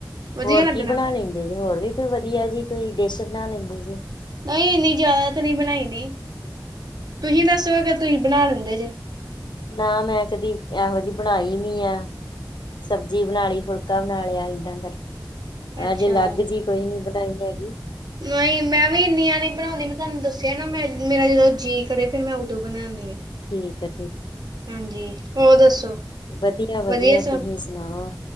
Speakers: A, on the right (about 65°); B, on the left (about 85°).
A: ਵਧੀਆ
B: ਹੋਰ
A: ਲੱਗਣਾ।
B: ਕੀ ਬਣਾ ਲੈਂਦੇ ਜੇ? ਹੋਰ ਵੀ ਕੋਈ ਵਧੀਆ ਜੀ ਕੋਈ ਡਿਸ਼ ਬਣਾ ਲੈਂਦੇ ਜੇ।
A: ਨਹੀਂਂ ਇੰਨੀ ਜ਼ਿਆਦਾ ਤਾਂ ਨਹੀਂ ਬਣਾਈ ਦੀ
B: <inaudible>
A: ਤੁਸੀਂ ਦੱਸੋ, ਤੁਸੀਂ ਬਣਾ ਲੈਂਦੇ ਜੇ।
B: ਨਾ ਮੈਂ ਕਦੀ ਇਹੋ ਜਿਹੀ ਬਣਾਈ ਨੀ ਆ, ਸਬਜ਼ੀ ਬਣਾ ਲਈ, ਫੁਲਕਾ ਬਣਾ ਲਿਆ ਏਦਾਂ ਕਰ
A: ਅੱਛਾ।
B: ਹਜੇ ਅਲੱਗ ਜੀ ਕੋਈ ਨੀ ਬਣਾਈ ਹੈਗੀ।
A: ਨਹੀਂ, ਮੈਂ ਵੀ ਇੰਨੀਆਂ ਨੀ ਬਣਾਉਂਦੀ ਮੈਂ ਤੁਹਾਨੂੰ ਦੱਸਿਆ ਨਾ ਮੈਂ ਮੇਰਾ ਜਦੋਂ ਜੀਅ ਕਰੇ ਫਿਰ ਮੈਂ ਉਦੋਂ ਬਣਾਨਣੀ ਆ।
B: ਠੀਕ ਹੈ
A: ਹਾਂਜੀ, ਹੋਰ ਦੱਸੋ?
B: ਵਧੀਆ-ਵਧੀਆ
A: ਵਧੀਆ ਸਭ
B: ਤੁਸੀਂ ਸੁਣਾਓ।